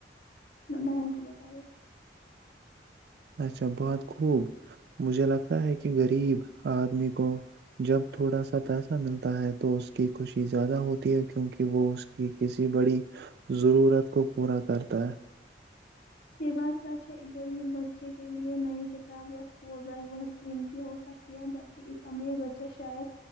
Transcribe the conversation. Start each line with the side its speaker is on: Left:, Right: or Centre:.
Left: میں بہن کو بتا رہی تھی
Right: اچھا بہت خوب مجھے لگتا ہے کہ غریب آدمی کو جب تھوڑا سا پیسہ ملتا ہے تو اس کی خوشی زیادہ ہوتی ہے کیونکہ وہ اس کی کسی بڑی ضرورت کو پورا کرتا ہے
Left: یہ بات سچ ہے غریب بچے کے لیے نئی کتاب یا اسکول بیگ بہت قیمتی ہو سکتی ہے جبکہ ایک امیر بچہ شاید